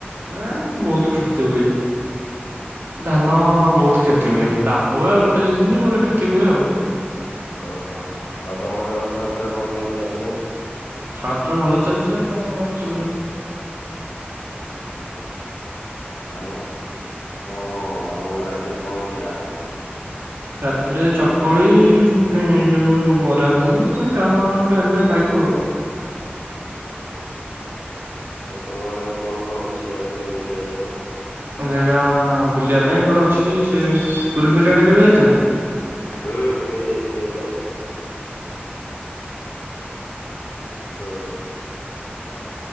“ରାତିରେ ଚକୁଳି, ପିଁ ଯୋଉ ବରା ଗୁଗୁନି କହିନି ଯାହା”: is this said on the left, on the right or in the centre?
Right